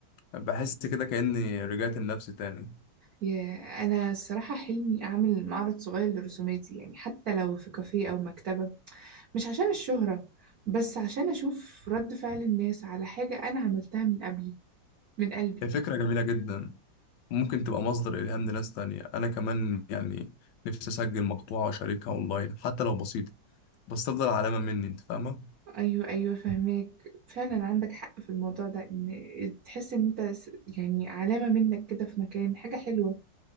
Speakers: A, on the left; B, on the right.
A: بحس كده كاني رجعت لنفسي تاني
B: ياه أنا الصراحة حلمي أعمل معرض صغير لرسوماتي يعني حتى لو في كافيه أو مكتبة مش عشان الشهرة بس عشان أشوف رد فعل الناس على حاجة أنا عملتها من قبلي من قلبي
A: هي فكره جميله جدا ممكن تبقى مصدر الهام لناس تانية انا كمان يعني نفسي اسجل مقطوعه واشاركها اونلاين حتى لو بسيطه بس تفضل علامه مني انت فاهمه
B: أيوة أيوة فهماك فعلا عندك حق في الموضوع ده إن تحس إن أنت س- يعني علامة منك كده في مكان حاجة حلوة